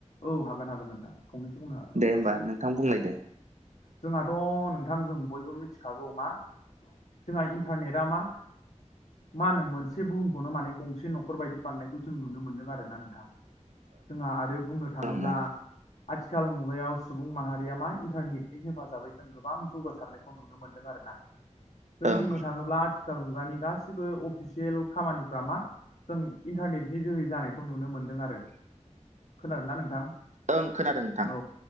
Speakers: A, on the left (about 70°); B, on the right (about 70°).
A: औ हागोन हागोन नोंथां। फंनैनोसो बुंनो हा
B: दे होमबा नोंथां बुंलाय दे।
A: जोंहाथ' नोंथां जों बयबो मिथिखागौ मा जोंहा इन्टारनेटआ मा मा होनो मोनसे बुहुमखौनो माने गंसे न'खर बायदि बानायनायखौ जों नुनो मोनदों आरो ना नोंथां। जोंहा आरो बुंनो थाङोब्ला
B: ओं ओं
A: आथिखाल मुगायाव सुबुं माहारिया मा इन्टारनेटनि हेफाजाबै जों गोबां जौगासारनायखौ नुनो मोनदों आरोना जों
B: ओं
A: बुंनो थाङोब्ला आथिखाल मुगानि गासिबो अफिसियेल खामानिफ्रा मा जों इन्टारनेटनि जोहै जानाय खौ नुनो मोन्दों आरो खोनादों ना नोंथां।
B: ओं खोनादों नोंथां।
A: औ